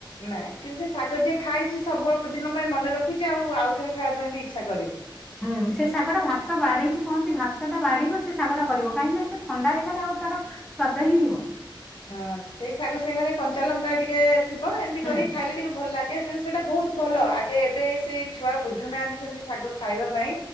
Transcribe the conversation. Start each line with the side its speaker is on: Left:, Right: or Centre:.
Left: ନାଇଁ କିନ୍ତୁ ସେ ଶାଗ ଯିଏ ଖାଇଛି ସବୁ ଦିନ ପାଇଁ ମନେ ରଖିଛି ଆଉ ଆଉଥରେ ଖାଇବା ପାଇଁ ବି ଇଚ୍ଛା କରିବ।
Centre: ହୁଁ ସେ ଶାଗ ଟା ଭାତ ବାଢେଇିକି କହନ୍ତି ଭାତ ଟା ବାଢିକି ସେ ଶାଗଟ ଟା କରିବ କାହିଁକି ନା ସେ ଥଣ୍ଡା ହେଇଗଲେ ଆଉ ତାର ସ୍ୱାଦ ହେଇଯିବ
Left: ହଁ ସେଇ ଶାଗ ସାଙ୍ଗରେ କଞ୍ଚା ଲଙ୍କା ଟିକେ ଥିବ ଏମିତି
Centre: ହୁଁ
Left: କରି ଖାଇଲେ ଟିକେ ଭଲ ଲାଗେ। କିନ୍ତୁ ସେଇଟା ବହୁତ ଭଲ ଆଗେ ଏବେ ସେଇ ଛୁଆ ବୁଝୁନାହାନ୍ତି ସେମିତି ଶାଗ ଖାଇବା ପାଇଁ